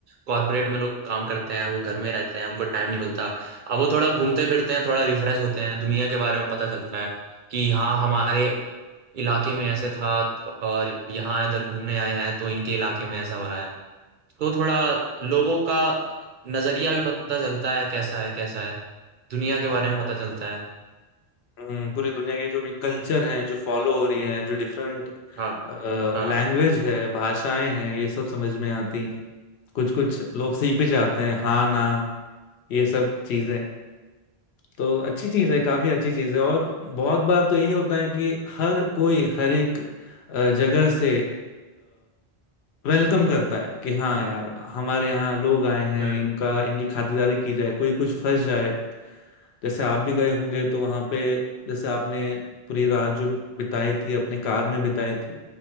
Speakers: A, on the right; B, on the left.
A: कॉर्पोरेट में लोग काम करते हैं वो घर में रहते हैं उनको टाइम नहीं मिलता अब वो थोड़ा घूमते फिरते हैं थोड़ा रिफ्रेश होते हैं दुनिया के बारे में पता चलता है कि हाँ हमारे इलाके में ऐसे था और यहाँ इधर घूमने आए हैं तो इनके इलाके में ऐसा हो रहा है तो थोड़ा लोगों का नजरिया भी पता चलता है कैसा है कैसा है दुनिया के बारे में पता चलता है
B: हम्म, पूरी दुनिया की जो भी कल्चर हैं जो फॉलो हो रही हैं जो डिफरेंट
A: हाँ
B: लैंग्वेज
A: हाँ
B: है भाषाएं हैं ये सब समझ में आती हैं कुछ कुछ लोग सीख भी जाते हैं हाँ ना ये सब चीजें तो अच्छी चीज है काफी अच्छी चीज है और बहुत बार तो यही होता है कि हर कोई हर एक अ, जगह से वेलकम करता है कि हाँ यार हमारे यहाँ लोग आए हैं
A: हम्म
B: इनका इनकी खातिरदारी की जाए कोई कुछ फंस जाए जैसे आप भी गए होंगे तो वहां पे जैसे आपने पूरी रात जो बिताई थी अपने कार में बिताई थी